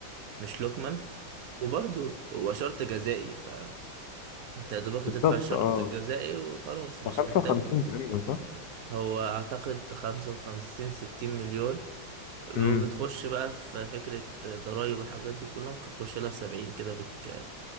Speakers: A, on the right (about 65°); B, on the left (about 60°).
A: مش لوكمان وبرضه هو شرط جزائي فانت يا دوبك
B: بالظبط
A: هتدفع الشرط
B: اه
A: الجزائي وخلاص مش
B: هو 55
A: محتاج
B: تقريبا صح؟
A: هو اعتقد خمسة وخمسين ستين مليون وبتخش
B: امم
A: بقى في فكرة ضرايب والحاجات دي كلها ممكن تخش لها في سبعين كده بك...